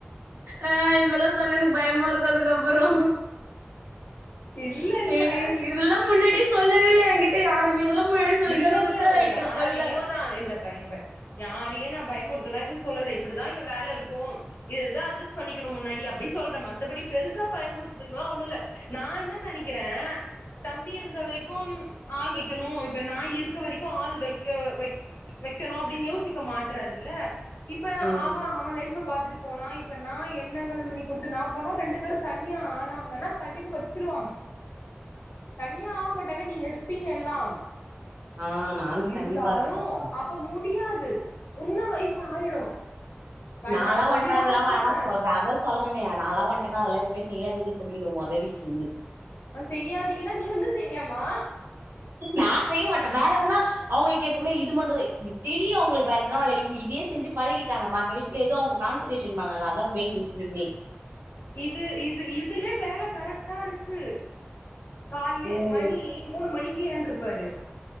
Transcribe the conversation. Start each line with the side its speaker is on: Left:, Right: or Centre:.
Right: ஆ இதெல்லா சொன்னா எனக்கு பயமா இருக்கு அதுக்கப்றோ
Left: இல்ல இல்ல
Right: ஏ வி இதெல்லா முன்னாடியே சொல்லவே இல்ல எங்கிட்ட யாருமே இதெல்லா முன்னாடியே சொல்லிருந்தா
Left: இல்ல
Right: நா
Left: இல்ல
Right: உசார்
Left: ஓ
Right: ஆயிட்ருப்பல்ல
Left: யாரையு நா இல்லப்பா இங்க பார் யாரையு நா பயமுறுத்தல எதுவு சொல்லல இப்டிதா இங்க வேல இருக்கும் இததா அட்ஜஸ் பண்ணிக்கணு முன்னாடி அப்டி சொல்ற மத்தபடி பெருசா பயமுறுத்தக்கெல்லா ஒன்னு இல்ல நா என்ன நெனைக்கிற தம்பி இருந்த வரைக்கும் ஆள் வெக்கணு இப்ப நா இருக்க வரைக்கு ஆள் வெக்க வெக் வெக்கணு அப்டின்னு யோசிக்க மாட்றாருல இப்ப
Right: ம்
Left: அவ அவ லைஃப பாத்துட்டு போனா இப்போ நா என்ன கல்யாணோ பண்ணி குடுத்து நா போனா ரெண்டு பேரு தனியா ஆனாங்கன்னா கண்டிப்பா வச்சுருவாங்க தனியா ஆவ மாட்டாங்க நீங்க இருப்பீங்க எல்லா
Right: ஆ நாங்க
Left: இருந்தாலும்
Right: கண்டிப்பா இருப்போம்ப்பா
Left: அப்ப முடியாது உன்ன வயசு ஆயிடு கண்
Right: நால்லா
Left: நா சொல்லிதா
Right: வந்ட்டா இதெல்லா
Left: வச்சிருக்கே
Right: வேணா சொல் அதா சொல்றேனே நால்லா வந்ட்டேனா அதெல்லா எதுவுமே செய்யாதீங்கன்னு சொல்லிடுவ மொத விஷயமே
Left: ஆ செய்யாதீங்கன்னா நீ வந்து செய்ரியாம்மா
Right: நா செய்ய மாட்ட வேற எதுனா அவுங்களுக்கு ஏத்த மாரி இது மட்டு இது தெரியு அவுங்களுக்கு வேற எதனா அலையு இதே செஞ்சு பழகிட்டாங்க மத்த விஷயத்துல எது அவுங்களுக் கான்சன்ட்ரேஷன் பண்ணல அதா மெயின் விஷயமே
Left: இது இது இதுல வேல கரெக்டா இருக்கு கால்லே
Right: ம்
Left: மணி மூணு மணிக்கி எந்திருப்பாரு